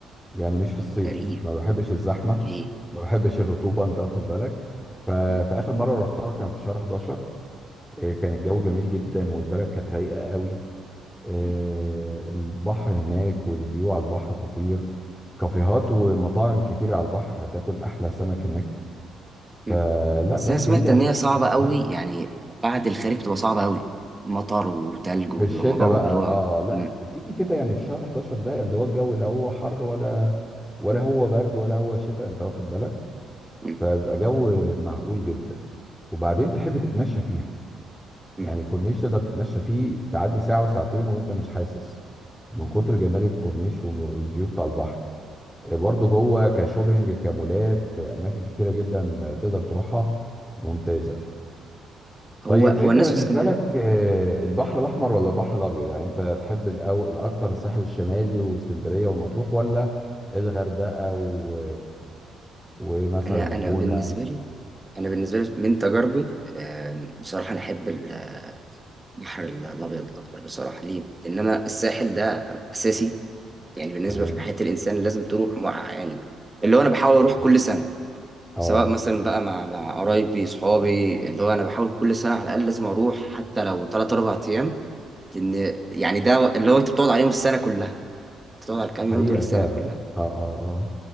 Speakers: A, in the centre; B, on the right (about 20°).
A: يعني مش في الصيف
B: غريب
A: ما بحبش الزحمة
B: ليه
A: ما بحبش
B: مم.
A: الرطوبة أنت واخد بالك ف...
B: مم.
A: فآخر مرة رحتها كان في شهر 11 إيه، كان الجو جميل جدا والبلد كانت رايقة قوي آه،
B: مم.
A: البحر هناك والفيو على البحر خطير كافيهات ومطاعم كتير على البحر هتاكل احلى سمك هناك
B: مم.
A: فلا
B: بس
A: بلد
B: انا سمعت
A: جميله
B: ان
A: وتحب
B: هي صعبه
A: تتمشى
B: قوي يعني بعد الخريف بتبقى صعبه قوي مطر وتلج وبيبقى
A: في الشتاء
B: موضوع
A: بقى
B: اللي هو
A: اه لا
B: مم.
A: تيجي كده يعني في شهر 11 ده اللي هو الجو لا هو حر ولا ولا هو برد ولا هو شتاء انت واخد بالك
B: مم.
A: فبيبقى جو معقول جدا وبعدين تحب تتمشى فيها
B: مم.
A: يعني الكورنيش تقدر تتمشى فيه تعدي ساعه وساعتين وانت مش حاسس من كتر جمال الكورنيش والفيو بتاع البحر برضو جوه كشوبينج كمولات اماكن كتيره جدا تقدر تروحها ممتازه
B: هو
A: طيب
B: هو
A: انت
B: الناس
A: بالنسبه
B: في اسكندريه
A: لك آه،
B: مم.
A: البحر الاحمر ولا البحر الابيض يعني انت تحب الأو- الاكتر الساحل الشمالي واسكندريه والمطروح ولا الغردقه و... ومثلا
B: انا
A: الجونه
B: انا بالنسبه لي انا بالنسبه لي من تجاربي آم، بصراحه انا احب البحر الابيض اكتر بصراحه ليه؟ لان انا الساحل ده اساسي يعني بالنسبه
A: تمام
B: في حياه الانسان لازم تروح مع يعني اللي هو انا بحاول اروح
A: أكيد.
B: كل سنه
A: اه
B: سواء مثلا بقى مع مع قرايبي صحابي اللي هو انا بحاول كل سنه على الاقل لازم اروح حتى لو 3 4 ايام لان يعني ده اللي هو انت بتقعد عليهم السنه كلها بتقعد على الكام
A: حقيقه
B: يوم دول السنه
A: فعلا
B: كلها
A: اه اه اه